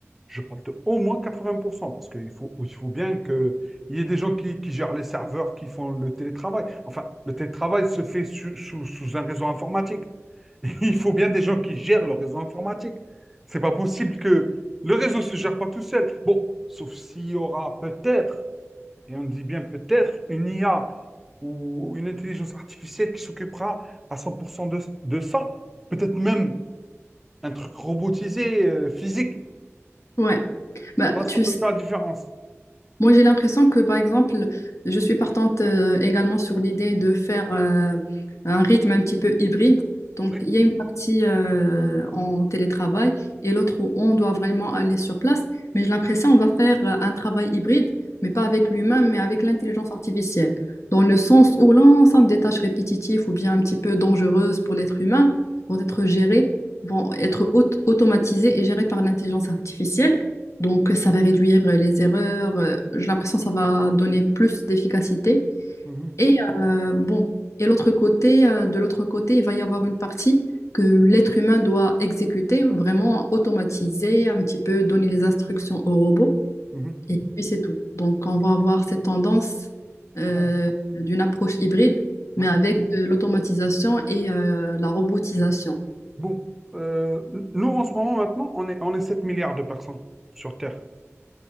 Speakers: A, in the centre; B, on the left (about 70°).
A: Je parle de au moins 80%, parce qu'il faut, il faut bien qu'il y ait des gens qui, qui gèrent les serveurs, qui font le télétravail. Enfin, le télétravail se fait sous, sous- sous un réseau informatique. <laughs> Il faut bien des gens qui gèrent le réseau informatique. C'est pas possible que le réseau se gère pas tout seul. Bon, sauf s'il y aura peut-être et on dit bien peut-être une IA ou une intelligence artificielle qui s'occupera à 100% de, de ça. Peut-être même un truc robotisé, euh, physique.
B: Ouais. Ben,
A: Là, ça
B: tu
A: peut
B: sais,
A: faire la différence.
B: Moi, j'ai l'impression que, par exemple, je suis partante euh, également sur l'idée de faire euh, un rythme un petit peu hybride. Donc,
A: Oui.
B: il y a une partie euh, en télétravail et l'autre où on doit vraiment aller sur place. Mais j'ai l'impression qu'on va faire euh, un travail hybride, mais pas avec l'humain, mais avec l'intelligence artificielle. Dans le sens où l'ensemble des tâches répétitives ou bien un petit peu dangereuses pour l'être humain vont être gérées, vont être aut- automatisées et gérées par l'intelligence artificielle. Donc, ça va réduire euh, les erreurs. euh, J'ai l'impression que ça va donner plus d'efficacité.
A: Mhm,
B: Et euh, bon, et l'autre côté, euh, de l'autre côté, il va y avoir une partie que l'être humain doit exécuter, vraiment automatiser, un petit peu donner les instructions au robot.
A: mhm.
B: Et puis c'est tout. Donc, on va avoir cette tendance euh,
A: Ouais.
B: d'une approche hybride,
A: Ouais.
B: mais avec euh, l'automatisation et euh, la robotisation.
A: Bon, euh, nous en ce moment maintenant, on est, on est 7 milliards de personnes sur Terre.